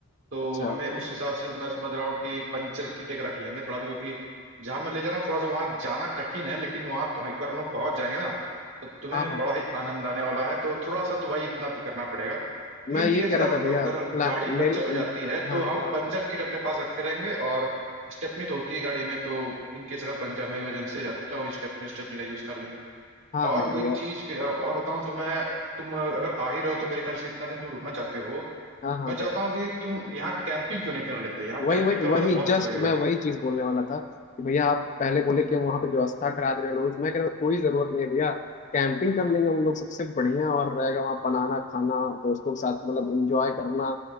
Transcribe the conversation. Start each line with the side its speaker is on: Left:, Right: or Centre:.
Right: तो
Left: अच्छा
Right: हमें उस हिसाब से मैं समझ रहा हूँ कि पंचर किट एक रख लेंगे थोड़ा सा क्योंकि जहां मैं ले जा रहा हूँ थोड़ा सा वहां जाना कठिन है लेकिन वहां तो एक बार हम लोग पहुंच जाएंगे ना तो तुम्हें
Left: हाँ हाँ
Right: बड़ा ही आनंद आने वाला है तो थोड़ा सा तो भाई इतना तो करना पड़ेगा तो
Left: मैं
Right: इन
Left: ये
Right: केस
Left: कह
Right: अगर
Left: रहा था भैया
Right: अगर
Left: प्लान
Right: गाड़ी
Left: मेरी
Right: पंचर हो जाती है
Left: हाँ
Right: तो हम
Left: हाँ
Right: पंचर किट अपने पास रखे रहेंगे और स्टेपनी तो होती है गाड़ी में तो इन केस अगर पंचर में इमरजेंसी हो जाती है तो हम स्टेपनी स्टेपनी का यूज कर लेंगे
Left: हाँ
Right: और
Left: हाँ भैया
Right: कोई चीज के और बताऊं तो मैं तुम अगर आ ही रहो तो मेरे ख्याल से इतना दिन तुम रुकना चाहते हो
Left: हाँ हाँ
Right: मैं चाहता
Left: भैया
Right: हूँ कि तुम यहाँ कैंपिंग क्यों नहीं कर लेते यहाँ
Left: वही
Right: कैंपिंग
Left: वही
Right: करोगे
Left: वही
Right: तो बहुत अच्छा
Left: जस्ट
Right: लगेगा
Left: मैं वही चीज बोलने वाला था कि भैया आप पहले बोले कि हम वहाँ पे व्यवस्था करा दे रहे हैं लोगों से मैं कह रहा हूँ कोई जरूरत नहीं भैया कैंपिंग कर लेंगे हम लोग सबसे बढ़िया और रहेगा वहाँ बनाना खाना दोस्तों के साथ मतलब इंजॉय करना